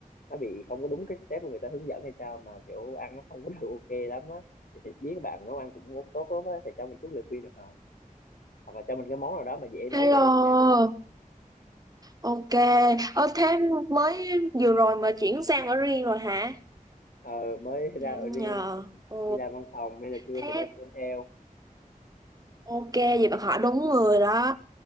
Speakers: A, on the left (about 75°); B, on the right (about 25°).
A: nó bị không có đúng cái step mà người ta hướng dẫn hay sao mà kiểu ăn nó không có được ok lắm á. Thì, thì biết các bạn nấu ăn cũng tốt lắm á, thì cho mình chút lời khuyên được không? Hoặc là cho mình cái món nào đó mà dễ
B: Hello,
A: nấu để đem đi làm ấy.
B: ok. Ở thế mới vừa rồi mà chuyển sang ở riêng rồi hả?
A: Ờ, mới
B: Nhanh
A: ra ở riêng
B: nhờ. Ồ,
A: đi làm văn phòng nên là trưa
B: thế
A: phải đem cơm theo
B: ok, vậy bạn hỏi đúng người đó.